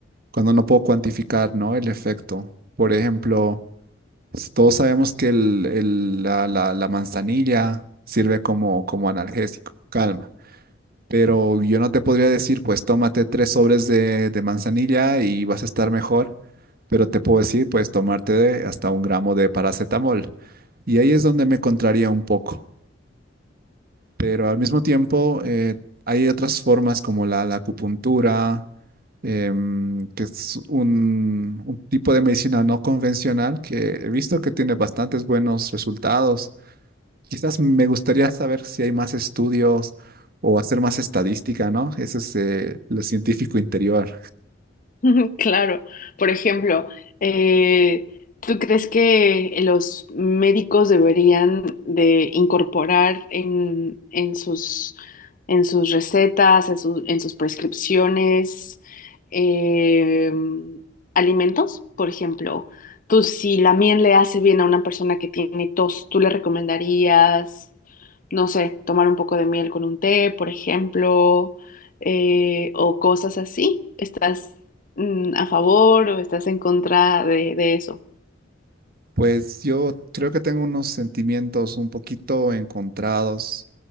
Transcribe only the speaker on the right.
cuando no puedo cuantificar, ¿no? el efecto. Por ejemplo, todos sabemos que el- el- la, la- la manzanilla sirve como, como analgésico, calma. Pero yo no te podría decir, pues tómate tres sobres de, de manzanilla y vas a estar mejor. Pero te puedo decir, pues tomarte de- hasta un gramo de paracetamol. Y ahí es donde me contraría un poco pero al mismo tiempo eh, hay otras formas como la, la acupuntura, em, que es un, un tipo de medicina no convencional que he visto que tiene bastantes buenos resultados. Quizás me gustaría saber si hay más estudios o hacer más estadística, ¿no? Ese es eh, lo científico interior.
Pues yo creo que tengo unos sentimientos un poquito encontrados.